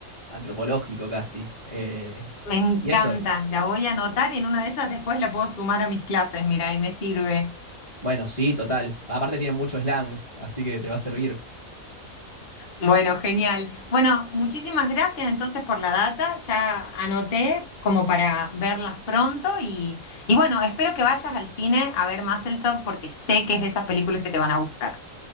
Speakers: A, on the left (about 25°); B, on the left (about 45°).
A: antropológico casi. Eh,
B: Me encanta,
A: y eso,
B: la voy a anotar y en una de esas después la puedo sumar a mis clases, mira, y me sirve.
A: bueno, sí, total. Aparte tiene mucho slang, así que te va a servir.
B: Bueno, genial. Bueno, muchísimas gracias entonces por la data, ya anoté como para verlas pronto y, y bueno, espero que vayas al cine a ver Top porque sé que es de esas películas que te van a gustar.